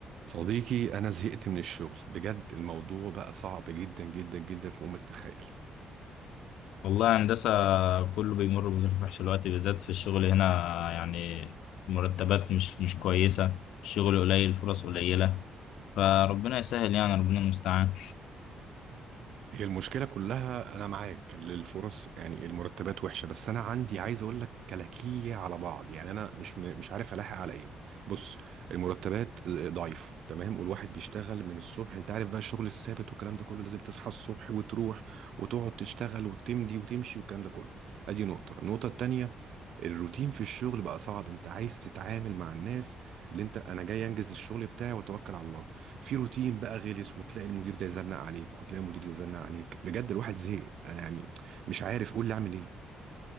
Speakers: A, on the right; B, on the left.
A: صديقي أنا زهقت من الشغل بجد الموضوع بقى صعب جدا جدا جدا فوق ما تتخيل
B: والله هندسة كله بيمر بظروف وحشة دلوقتي بالذات في الشغل هنا يعني المرتبات مش مش كويسة الشغل قليل الفرص قليلة فربنا يسهل يعني ربنا المستعان
A: هي المشكلة كلها أنا معاك للفرص يعني المرتبات وحشة بس أنا عندي عايز أقول لك كلاكية على بعض يعني أنا مش م- مش عارف ألاحق على إيه بص المرتبات ضعيفة تمام والواحد بيشتغل من الصبح أنت عارف بقى الشغل الثابت والكلام ده كله لازم تصحى الصبح وتروح وتقعد تشتغل وتمدي وتمشي والكلام ده كله أدي نقطة النقطة التانية الروتين في الشغل بقى صعب انت عايز تتعامل مع الناس اللي انت انا جاي انجز الشغل بتاعي واتوكل على الله في روتين بقى غلس وتلاقي المدير ده يزنق عليك وتلاقي المدير ده يزنق عليك بجد الواحد زهق انا يعني مش عارف قول لي اعمل ايه